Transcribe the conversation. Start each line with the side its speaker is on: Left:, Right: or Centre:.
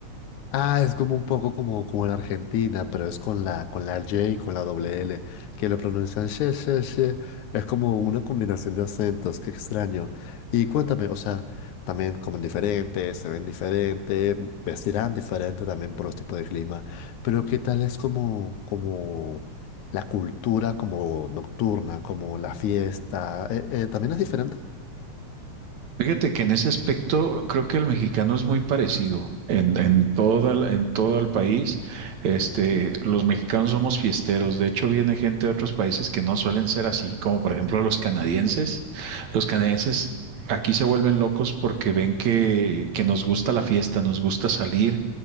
Left: Ah, es como un poco como, como en Argentina, pero es con la, con la J y con la doble L, que lo pronuncian she, she, she. Es como una combinación de acentos, qué extraño. Y cuéntame, o sea, también comen diferente, se ven diferente, vestirán diferente también por los tipos de clima, pero ¿qué tal es como, como la cultura como nocturna, como la fiesta? Eh, eh, ¿también es diferente?
Right: Fíjate que en ese aspecto creo que el mexicano es muy parecido. En, en, toda, la- en todo el país, este, los mexicanos somos fiesteros. De hecho, viene gente de otros países que no suelen ser así, como por ejemplo los canadienses. Los canadienses aquí se vuelven locos porque ven que, que nos gusta la fiesta, nos gusta salir,